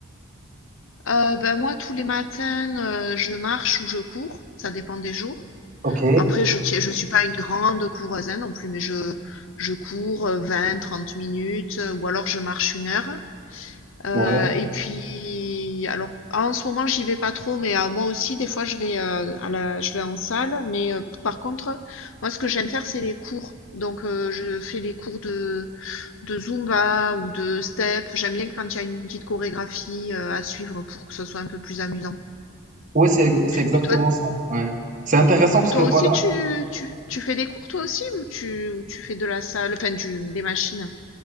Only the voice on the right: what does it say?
Ok.
Ouais.
Oui, c'est, c'est exactement
ça. Ouais. C'est intéressant parce
que voilà.